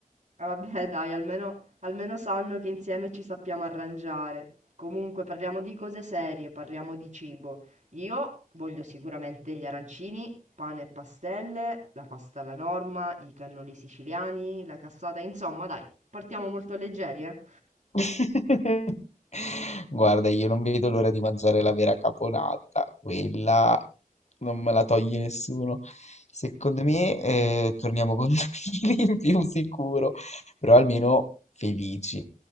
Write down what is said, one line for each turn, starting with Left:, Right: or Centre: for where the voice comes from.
Right: Ah, Vabbè, <laughs> dai, almeno, almeno sanno che insieme ci sappiamo arrangiare. Comunque, parliamo di cose serie, parliamo di cibo. Io voglio sicuramente gli arancini, pane e pastelle, la pasta alla norma, i cannoli siciliani, la cassata, insomma, dai, partiamo molto leggeri, eh?
Left: <laughs> Guarda, io non vedo l'ora di mangiare la vera caponata, quella non me la toglie nessuno. Secondo me, eh, torniamo con <laughs> due chili in più sicuro, però almeno felici.